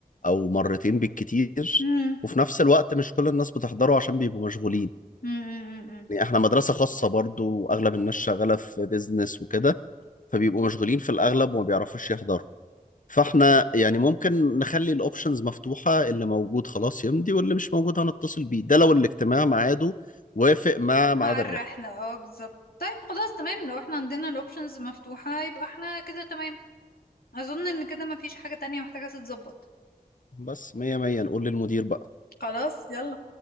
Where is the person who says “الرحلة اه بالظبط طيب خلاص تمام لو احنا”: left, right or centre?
Left